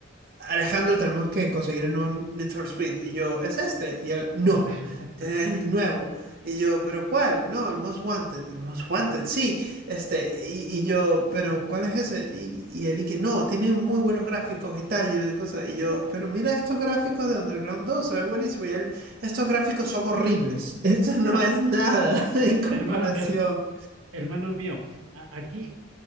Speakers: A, on the right (about 45°); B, on the right (about 85°).
A: Alejandro, tenemos que conseguir un nuevo Need for Speed. Y yo, ¿es este? Y él, no,
B: <laughs>
A: es el nuevo. Y yo, ¿pero cuál? No, el Most Wanted. El Most Wanted, sí. Este, y, y yo, pero ¿cuál es ese? Y, y el Iki, no, tiene muy buenos gráficos y tal, lleno de cosas. Y yo, pero mira estos gráficos de Underground 2, se ve buenísimo. Y él, estos gráficos son horribles. <laughs> Esto no
B: Ah,
A: es nada <laughs> en comparación.
B: hermano, her- hermano mío, a- aquí